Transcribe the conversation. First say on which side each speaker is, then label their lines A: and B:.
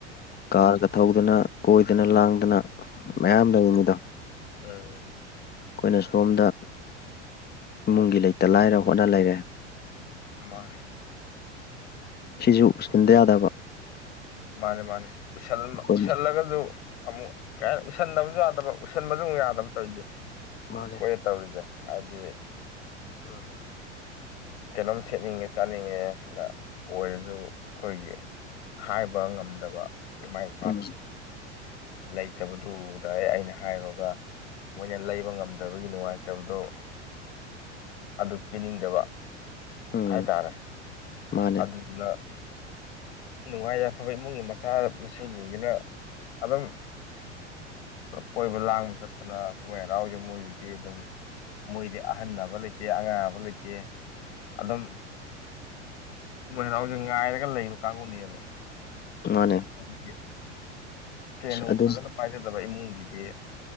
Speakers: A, on the left; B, on the left.
A: ꯀꯥꯔꯒ ꯊꯧꯗꯅ ꯀꯣꯏꯗꯅ ꯂꯥꯡꯗꯅ ꯃꯌꯥꯝ ꯂꯩꯔꯤꯅꯤꯗꯣ
B: ꯎꯝ
A: ꯑꯩꯈꯣꯏꯅ ꯁꯣꯝꯗ ꯏꯃꯨꯡꯒꯤ ꯂꯩꯇ ꯂꯥꯏꯔ ꯍꯣꯠꯅ ꯂꯩꯔꯦ
B: ꯃꯥꯅꯦ
A: ꯁꯤꯖꯨ ꯎꯁꯟꯗ ꯌꯥꯗꯕ꯫
B: ꯃꯥꯅꯦ ꯃꯥꯅꯦꯁ
A: ꯑꯩꯈꯣꯏꯅ
B: ꯎꯁꯜꯂꯒꯁꯨ ꯑꯃꯨꯛ ꯀꯩ ꯍꯥꯏ ꯎꯁꯟꯗꯕꯁꯨ ꯌꯥꯗꯕ ꯎꯁꯟꯕꯁꯨꯨ ꯌꯥꯗꯕ ꯇꯧꯔꯤꯁꯦ
A: ꯃꯥꯅꯦ
B: ꯀ ꯇꯧꯔꯤꯗ ꯍꯥꯏꯗꯤ ꯎꯝ ꯀꯩꯅꯣꯝ ꯁꯦꯠꯅꯤꯡꯉꯦ ꯆꯥꯠꯅꯤꯡꯉꯦꯅ ꯑꯣꯏꯔꯁꯨ ꯑꯩꯈꯣꯏꯒꯤ ꯍꯥꯏꯕ ꯉꯝꯗꯕ ꯏꯃꯥꯏ
A: ꯎꯝ
B: ꯂꯩꯇꯕꯗꯨꯗ ꯎꯕꯗ ꯑ ꯑꯩꯅ ꯍꯥꯏꯔꯣꯒ ꯃꯣꯏꯅ ꯂꯩꯕ ꯉꯝꯗꯕꯒꯤ ꯅꯨꯡꯉꯥꯏꯇꯕꯗꯣ ꯑꯗꯨ ꯄꯤꯅꯤꯡꯗꯕ
A: ꯎꯝ
B: ꯍꯥꯏꯇꯥꯔꯦ
A: ꯃꯥꯅꯦ
B: ꯑꯗꯨꯗꯨꯅ ꯅꯨꯡꯉꯥꯏ ꯌꯥꯏꯐꯕ ꯏꯃꯨꯡꯒꯤ ꯃꯆꯥ ꯃꯁꯨꯁꯤꯡꯁꯤꯅ ꯑꯗꯨꯝ ꯀꯣꯏꯕ ꯂꯥꯡꯕ ꯆꯠꯇꯅ ꯀꯨꯝꯍꯩ ꯍꯔꯥꯎꯁꯦ ꯃꯣꯏꯒꯤꯗꯤ ꯑꯗꯨꯝ ꯃꯣꯏꯗꯤ ꯑꯍꯟ ꯑꯕ ꯂꯩꯇꯦ ꯑꯉꯥꯡ ꯑꯕ ꯂꯩꯇꯦ ꯑꯗꯨꯝ ꯣꯏ ꯍꯔꯥꯎꯁꯦ ꯉꯥꯏꯔꯒ ꯂꯩꯕ ꯀꯥꯡꯕꯨꯅꯦꯕ
A: ꯃꯥꯟꯅꯦ
B: ꯑꯈꯣꯏꯗꯤ ꯁꯦꯟ ꯅꯨꯡ
A: ꯑꯗꯨ
B: ꯐꯖꯅ ꯄꯥꯏꯖꯗꯕ ꯏꯃꯨꯡꯒꯤꯗꯤ